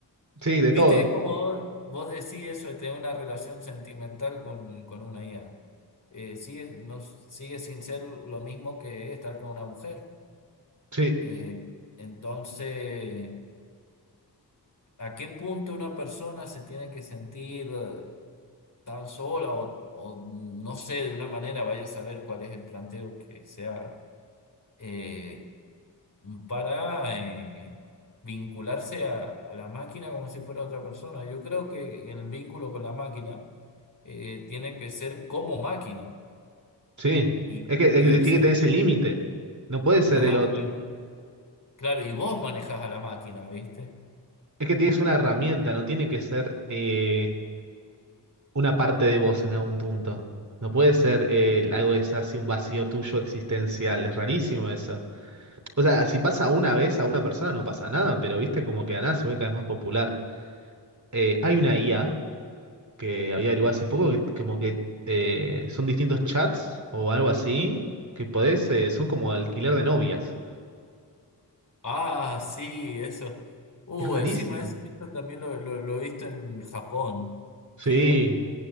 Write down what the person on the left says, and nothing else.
Viste,
es como vos, vos decís eso de tener una relación sentimental con, con una IA. Eh, sigue, no, sigue sin ser lo mismo que estar con una mujer.
Eh, entonces, ¿a qué punto una persona se tiene que sentir eh, tan sola o, o no sé, de una manera, vaya a saber cuál es el planteo que se haga? Eh, para eh, vincularse a, a la máquina como si fuera otra persona. Yo creo que el vínculo con la máquina eh, tiene que ser como máquina
y,
y
el
sentido,
ajá,
y claro, y vos manejás a la máquina, ¿viste?
Ah, sí, eso. Uh,
encima eso, esto también lo, lo- lo he visto en Japón,
que,